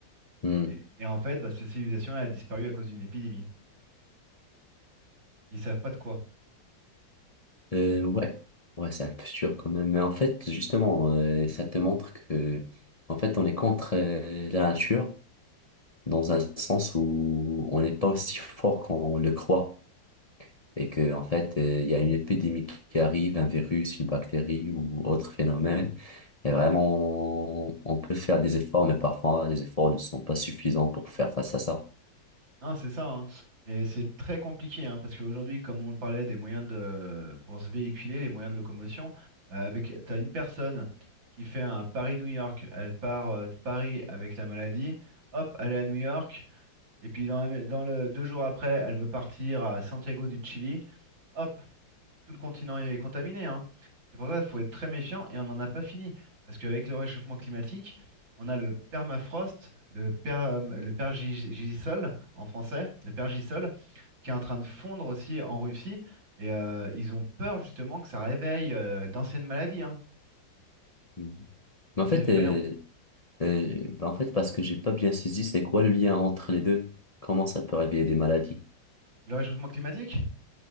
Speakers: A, on the left (about 30°); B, on the right (about 80°).
A: Hmm.
B: Et, et en fait, bah, cette civilisation là a disparu à cause d'une épidémie. Ils savent pas de quoi.
A: Euh,
B: Donc,
A: ouais, ouais, c'est un peu dur quand même. Mais en fait, justement, euh, ça te montre que, en fait, on est contre euh, la nature dans un sens où on n'est pas aussi fort qu'on le croit. Et que, en fait, euh, il y a une épidémie qui arrive, un virus, une bactérie ou autre phénomène. Et vraiment, on peut faire des efforts, mais parfois, les efforts ne sont pas suffisants pour faire face à ça.
B: non, c'est ça. hein. Et c'est très compliqué, hein, parce qu'aujourd'hui, comme on parlait des moyens de, pour se véhiculer, les moyens de locomotion, euh, avec, t'as une personne qui fait un Paris-New York, elle part euh, de Paris avec la maladie, hop, elle est à New York. Et puis dans, la mé- dans le deux jours après, elle veut partir à Santiago du Chili. Hop, tout le continent est contaminé, hein. C'est pour ça qu'il faut être très méfiant et on n'en a pas fini. Parce qu'avec le réchauffement climatique, on a le permafrost, le, per- le pergisol en français, le pergisol, qui est en train de fondre aussi en Russie. Et euh, ils ont peur justement que ça réveille euh, d'anciennes maladies, hein.
A: Mhm. Mais
B: Ça,
A: en
B: C'est
A: fait,
B: effrayant.
A: euh, Euh, bah en fait, parce que j'ai pas bien saisi, c'est quoi le lien entre les deux? Comment ça peut réveiller des maladies?
B: Le réchauffement climatique?